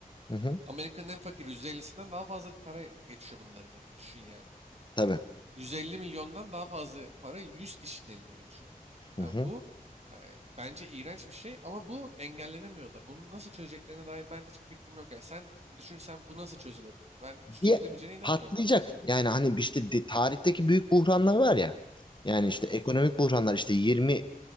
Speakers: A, on the left; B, on the right.
A: Hı hı.
B: Amerika'nın en fakir %50'sinden daha fazla para geçiyor bunların eline. Düşün yani.
A: Tabii.
B: Yani 150 milyondan daha fazla para 100 kişinin eline geçiyor.
A: Hı
B: Yani
A: hı.
B: bu e, bence iğrenç bir şey ama bu engellenemiyor da. Bunu nasıl çözeceklerine dair ben hiçbir fikrim yok. Yani sen düşünsen bu nasıl çözülebilir? Ben
A: bir
B: çözülebileceğine inanmıyorum.
A: patlayacak. Yani hani işte de- tarihteki büyük buhranlar var ya. Yani işte
B: Evet.
A: ekonomik buhranlar işte 20